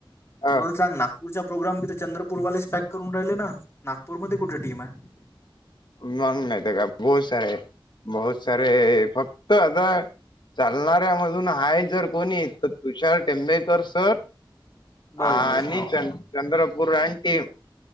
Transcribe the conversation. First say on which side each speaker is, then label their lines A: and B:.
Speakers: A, on the left; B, on the left.
A: ह
B: मग सांग ना. ूरचा प्रोग्राम मी तर चंद्रपूरवालेस पॅक करून राहिले नागपूर मध्ये कुठे टीम आहे.
A: मग नाही ते का बहुत सारे बहुत बहुत सारे फक्त आता. चालणाऱ्यामधून आहे जर कोणी तर तुषार टेंबेकर सर.
B: बस
A: हा
B: बस
A: आणि
B: हो
A: च चंद्रपूर आणि टीम.